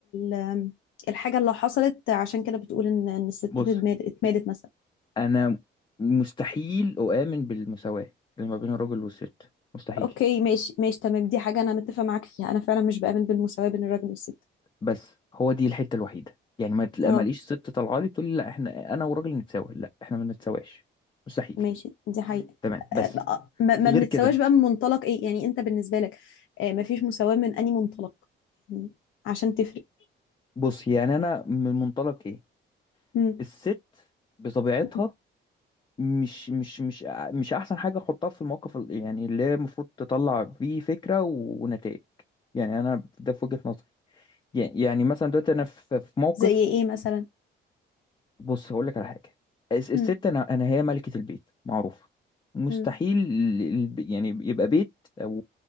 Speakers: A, on the left; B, on the left.
A: ال الحاجة اللي حصلت عشان كده بتقول ان إن الستات
B: بص
A: اتمادت اتمادت مثلا
B: أنا مستحيل أؤمن بالمساواة اللي ما بين الراجل والست مستحيل
A: اوكي ماشي ماشي تمام دي حاجة انا متفق معاك فيها انا فعلا مش بآمن بالمساواة بين الراجل والست
B: بس هو دي الحتة الوحيدة يعني ما تلاقي
A: اه
B: ماليش ست طالعة لي تقول لي لا احنا أنا والراجل نتساوى لا احنا ما نتساواش مستحيل
A: ماشي دي حقيقة
B: تمام بس
A: آه، أه، ما ما
B: غير
A: بنتساواش
B: كده
A: بقى من منطلق ايه يعني انت بالنسبة لك آه، ما فيش مساواة من اني منطلق يعني عشان تفرق
B: بص يعني أنا من منطلق إيه
A: مم.
B: الست بطبيعتها
A: مم.
B: مش مش مش أ- مش احسن حاجه احطها في الموقف ال- يعني اللي هي المفروض تطلع فيه فكره و- ونتائج يعني انا ده في وجهه نظري يعني يعني مثلا دلوقتي انا في في موقف
A: زي ايه مثلا
B: بص هقول لك على حاجه الس- الست
A: مم.
B: انا انا هي ملكه البيت معروفه مستحيل
A: مم.
B: ال- ال- يعني يبقى بيت او